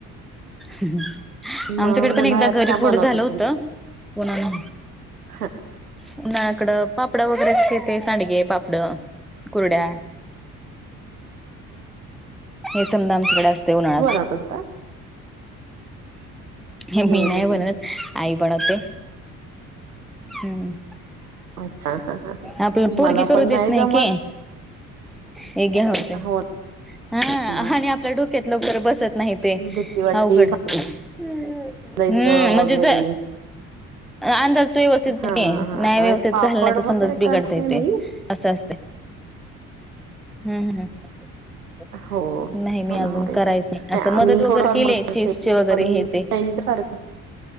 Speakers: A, in the centre; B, on the right.
A: आमच्याकड
B: मग
A: पण
B: उन्हाळ्यात
A: एकदा घर
B: काय
A: फोड
B: बनवतात
A: झालं होत, कोणाला
B: हो
A: उन्हाळ्याकड पापडं वगैरे अस तेे सांडगे पापड कुरड्या हे समद आमच्याकड असते उन्हाळ्यात
B: <unintelligible>
A: हे
B: हम्म
A: मी नाही
B: हम्म
A: बनत
B: हम्म
A: आई बनवते. हम्,
B: अच्छा हा हा
A: आपल पोरगी
B: मला
A: करू
B: पण
A: देत नाही
B: जमत
A: की हे घ्या होतय,
B: हो
A: ह
B: ना
A: आणि आपल्या डोक्यात लवकर बसत नाहीत ते
B: भीती वाटती
A: अवघड. हम्म
B: भाजायचं
A: म्हणजे
B: वगैरे
A: ज अंदाज व्यवस्थित
B: हा
A: की
B: हा
A: न्याय व्यवस्थित
B: पापड
A: झाल ना तर
B: वगैरे
A: समजाच बिघडताय
B: करते मी
A: ते असं असतय हम्म हम नाही,
B: हो
A: नाही
B: हो
A: मी
B: ना
A: अजून
B: हो तेच
A: करायच
B: ना
A: नाही असं
B: आम्ही
A: मदत वगैरे
B: थोडंफार
A: केलीय
B: मदत करते
A: चिप्सचे वगैरे हे ते
B: <unintelligible>